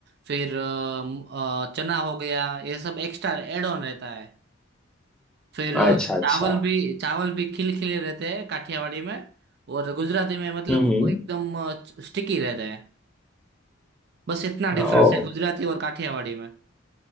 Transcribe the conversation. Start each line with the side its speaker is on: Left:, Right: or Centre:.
Right: फिर अ, म- अ, चना हो गया ये सब एक्स्ट्रा एड ऑन रहता है फिर अ,
Centre: अच्छा अच्छा
Right: चावल भी चावल भी खिलखिले रहते हैं काठियावाड़ी में और गुजराती में मतलब
Centre: हम्म हम्म
Right: वो एकदम स्टिकी रहते हैं बस इतना डिफरेंस
Centre: ओ
Right: है गुजराती और काठियावाड़ी में